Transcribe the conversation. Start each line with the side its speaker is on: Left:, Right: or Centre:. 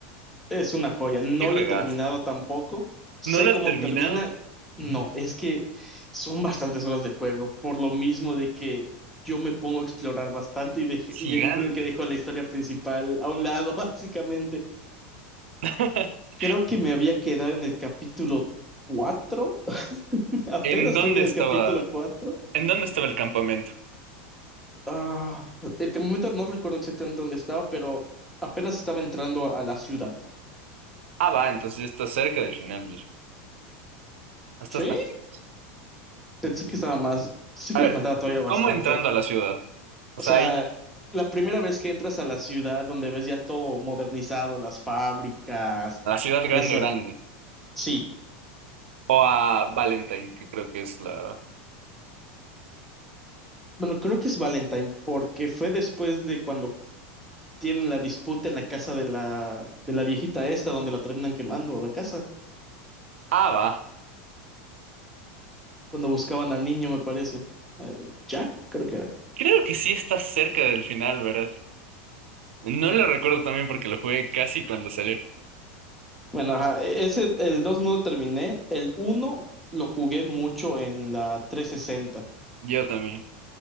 Centre: Es una joya. No
Right: ¿Qué juegas?
Centre: lo he terminado tampoco. Sé
Right: ¿No lo
Centre: cómo
Right: has terminado?
Centre: termina. No, es que son bastantes horas de juego, por lo mismo de que yo me pongo a explorar bastante y, dejé-
Right: Gigante.
Centre: y llega un punto en el que dejo la historia principal a un lado, <laughs> básicamente.
Right: <laughs>
Centre: Creo que me había quedado en el capítulo cuatro <laughs> apenas
Right: ¿En dónde
Centre: creo que en
Right: estaba?
Centre: el capítulo cuatro
Right: ¿En dónde estaba el campamento?
Centre: Ah, el momento no recuerdo exactamente dónde estaba, pero apenas estaba entrando a la ciudad.
Right: Ah, va, entonces ya estás cerca del final, mira. No estás
Centre: Sí,
Right: tan lejos.
Centre: pensé que estaba más, sí
Right: A
Centre: que
Right: ver,
Centre: me faltaba todavía bastante.
Right: ¿cómo entrando a la ciudad? O
Centre: O
Right: sea,
Centre: sea,
Right: hay
Centre: la primera vez que entras a la ciudad donde ves ya todo modernizado, las fábricas,
Right: a la ciudad grande,
Centre: esa...
Right: grande.
Centre: Sí,
Right: O a Valentine, que creo que es la.
Centre: bueno, creo que es Valentine porque fue después de cuando tienen la disputa en la casa de la, de la viejita esta donde la terminan quemando la casa,
Right: Ah, va.
Centre: cuando buscaban al niño, me parece. Eh, Jack, creo que era.
Right: Creo que sí estás cerca del final, ¿verdad? No lo recuerdo también porque lo jugué casi cuando salió.
Centre: Bueno, ajá, e- ese, el 2 no lo terminé, el uno lo jugué mucho en la 360.
Right: Yo también.